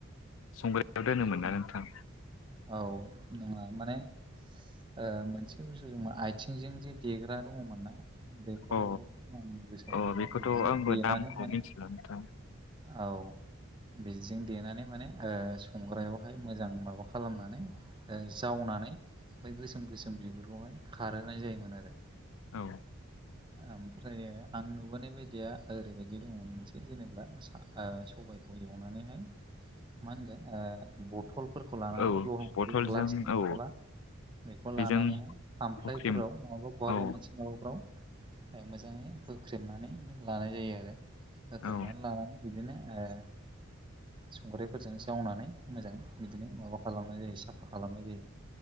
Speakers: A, on the left; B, on the right.
A: संग्रायाव दोनोमोन
B: आइ
A: ना नोंथां?
B: औ नङा माने ओ मोनसे बुस्थुजों आइथिंजों जे देग्रा दङमोन ना? बेखौ
A: अ
B: आं गोसोआव
A: अ
B: गैला
A: बेखौथ'
B: बिदिजों
A: आंबो
B: देनानै
A: नामखौ
B: माने
A: मिथिला नोंथां
B: औ बिजों देनानै माने ओ संग्रायावहाय मोजां माबा खालामना नै जावनानै बै गोसोम गोसोम बिगुरखौहाय खारहोनाय जायोमोन आरो
A: औ
B: ओमफ्रायो आं नुबोनाय बायदिया ओरैबायदि दङमोन मोनसे जेनेबा सा फा ओ सबाइखौ एवनानैहाय मा होनगोन ओ बथलफोरखौ लानानै
A: औ बथलजों
B: बै ग्लासनि बथला
A: औ
B: बेखौ
A: बेजों
B: लानानै खामफ्लायफोराव
A: हुख्रेम
B: नङाबा बहाबा
A: औ
B: मोनसे माबाफोराव ओमफ्राय मोजाङै होख्रेमनानै लानाय जायो आरो। होख्रेमना
A: औ
B: लानानै बिदिनो ओ संग्रायफोरजों जावनानै मोजां बिदिनो माबा खालामनाय जायो साफा खालामनाय जायो